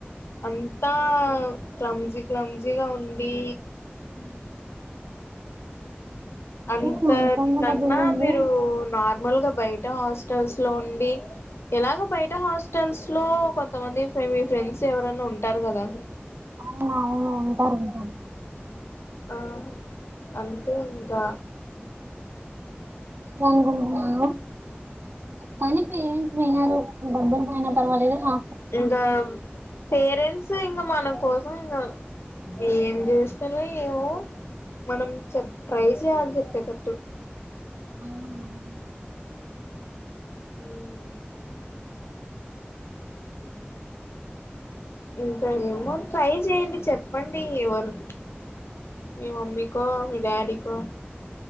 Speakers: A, on the left; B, on the right.
A: అంతా క్లమ్జీ క్లంజీగా ఉండి
B: అ అన్కంఫర్టబుల్గా
A: అంతటి కన్నా
B: ఉంది
A: మీరు నార్మల్గా బయట హాస్టల్స్ లో ఉండి ఎలాగ బయట హాస్టల్స్ లో కొంతమంది మీ మీఫ్రెండ్స్ ఎవరన్నా ఉంటారు కదా.
B: అవునా అవును ఉంటారు ఉంటారు.
A: ఆ అంతే ఇంకా
B: పూగుంన్నారూ కానీ పనీ ఏం వినరూ డబ్బులకైన పయినా పర్వాలేదు ఆ
A: ఇంగా పేరెంట్స్ ఇంగ మన కోసం ఇంగ ఏం చేస్తారో ఏమో మనం చెప్ ట్రై చేయాలని చెప్పేటట్టు
B: అవును అవును
A: ఉము ఇంకా ఏమో ట్రై చేయండి. చెప్పండి ఎవరు మీ మమ్మీకో మీ డాడీకో